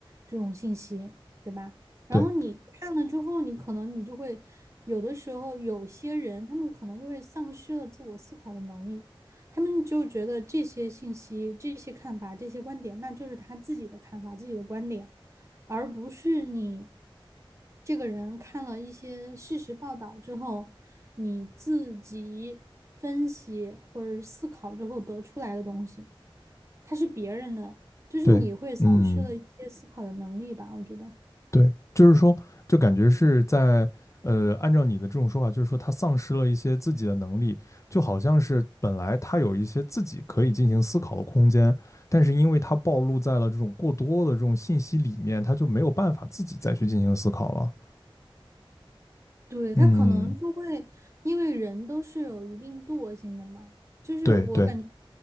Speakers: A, on the right (about 30°); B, on the left (about 35°).
A: 这种信息，对吧？然后你看了之后，
B: 对
A: 你可能你就会有的时候有些人他们可能就会丧失了自我思考的能力，他们就觉得这些信息、这些看法、这些观点，那就是他自己的看法、自己的观点。而不是你这个人看了一些事实报道之后，你自己分析或者思考之后得出来的东西，它是别人的，就是你会丧失了一些思考的能力吧，
B: 对，嗯
A: 我觉得。
B: 对，就是说，就感觉是在呃，按照你的这种说法，就是说他丧失了一些自己的能力，就好像是本来他有一些自己可以进行思考的空间，但是因为他暴露在了这种过多的这种信息里面，他就没有办法自己再去进行思考了。
A: 对，
B: 嗯，
A: 他可能就会，因为人都是有一定惰性的嘛，就是我感觉，
B: 对对，